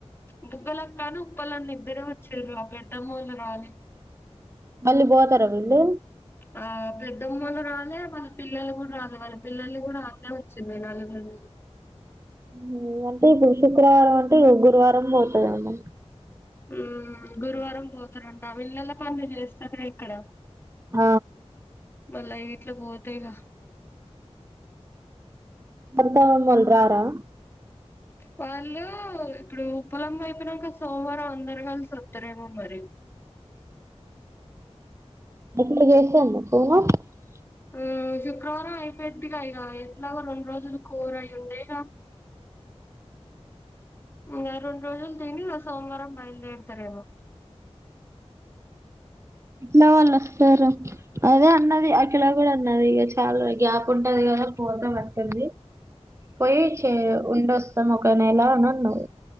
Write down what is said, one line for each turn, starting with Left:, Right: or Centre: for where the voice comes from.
Left: బుగ్గలకాళ్ళు ఉప్పలన్న ఇద్దరే వచ్చిర్రు ఆ పెద్దమ్మోళ్ళు రాలే
Right: మళ్ళీ పోతరా వీళ్ళు
Left: ఆ పెద్దమొళ్ళు రాలే, వాళ్ళ పిల్లలు కూడా రాలే వాళ్ళ పిల్లలు కూడా అన్నే ఉంచింది నలుగురిని.
Right: హు అంటే ఇప్పుడు శుక్రవారం అంటే ఇగ గురువారం పోతాది ఆమె
Left: హుమ్మ్ గురువారం పో తరంట వీళ్ళలా పనులు చేస్తార్ గా ఇక్కడ
Right: ఆ
Left: మళ్ళ ఇట్ల పోతే ఇగా
Right: అత్త మామల్ రారా
Left: వాళ్ళు ఇప్పుడు ఉప్పలమ్మ అయిపోయినంక సోమవారం అందరు కలిసి వస్తారేమో మరి
Right: <unintelligible>
Left: ఆ శుక్రవారం అయిపోయిద్దిగా ఇగా ఎట్లాగో రెండు రోజులు కూర అయి ఉంటాయిగా ఇగ రెండు రోజులు తిని సోమవారం బయలుదేరుతరెమో
Right: ఇట్లా వాళ్ళు వస్తారు అదే అన్నది అకిలా కూడా అన్నది ఇక చాలా గ్యాప్ ఉంటది కదా పోదాం అంటుంది పోయి చే ఉండస్త మొత్తం ఒక నెలా అని అన్నావ్